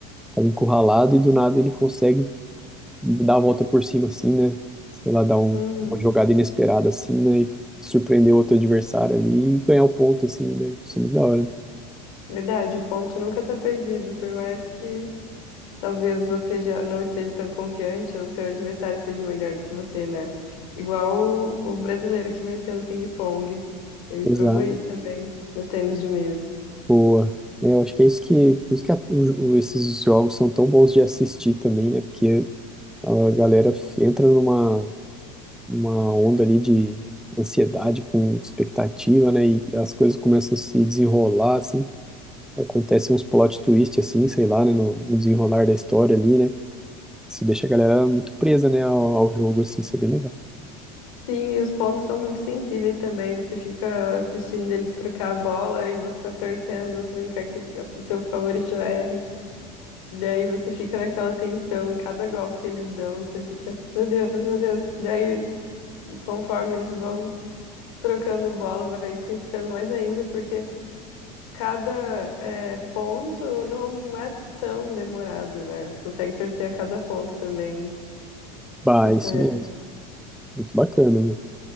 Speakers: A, in the centre; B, on the left.
A: estava encurralado e do nada ele consegue dar a volta por cima assim, né? Sei lá, dar um-
B: Uhum.
A: uma jogada inesperada assim, né? E surpreender outro adversário ali e ganhar o ponto assim, né? Isso é muito da hora, né?
B: Verdade, o ponto nunca tá perdido, por mais que talvez você já não esteja tão confiante ou seu adversário seja melhor do que você, né? Igual o, o brasileiro que venceu no ping-pong. Ele
A: Exato.
B: provou isso também no tênis de mesa.
A: Boa. É, eu acho que é isso que, por isso que a- o- o- esses jogos são tão bons de assistir também, né? Porque a galera f- entra numa uma onda ali de ansiedade com expectativa, né? E as coisas começam a se desenrolar, assim. Acontece uns plot twist, assim, sei lá, né? No, no desenrolar da história ali, né? Isso deixa a galera muito presa, né? Ao, ao jogo, assim, isso é bem legal.
B: Sim, e os pontos são muito sensíveis também. Você fica assistindo eles trocar a bola e você tá torcendo, você não quer que o seu favorito erre. Daí você fica naquela tensão, cada golpe que eles dão, você fica, meu Deus, meu Deus. Daí, conforme eles vão trocando bola, vai intensificando mais ainda, porque cada é, ponto não é tão demorado, né? Você consegue torcer a cada ponto também.
A: Bah,
B: Isso
A: isso
B: é.
A: mesmo. Muito bacana, meu.